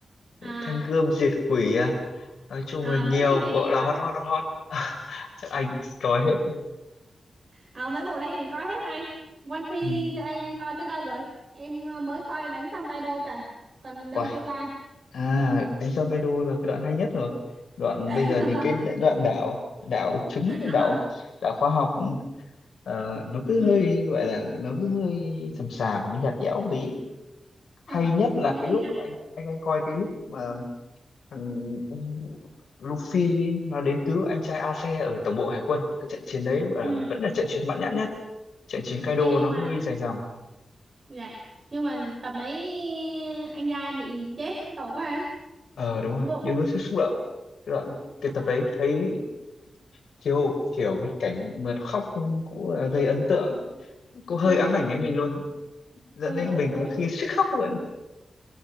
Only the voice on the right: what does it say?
à,
à
mấy phim đấy
em cũng
coi
à, mấy bộ đấy em cũng coi hết anh One Piece
em coi tới đâu rồi em à, mới coi đánh xong Kaido thôi à. còn đâu
chưa coi
<laughs>
à,
ừ.
Ờ. Ờ.
Ờ. Ờ. Ê,
ê,
ừ.
Ê nhưng
mà
dạ nhưng mà tập đấy anh giai bị chết tội quá
thủng
bụng
Ờ,
đúng
rồi
ừ
đúng
đúng